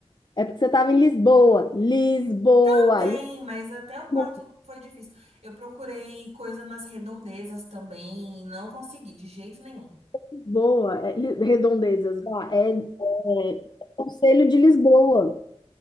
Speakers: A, on the left (about 40°); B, on the right (about 85°).
A: é porque você tava em Lisboa. Lisboa.
B: também, mas até o quarto
A: Lisboa.
B: foi difícil. Eu procurei coisa nas redondezas também e não consegui de jeito nenhum.
A: Lisboa. É, Li- redondezas. vá, É, é Conselho de Lisboa.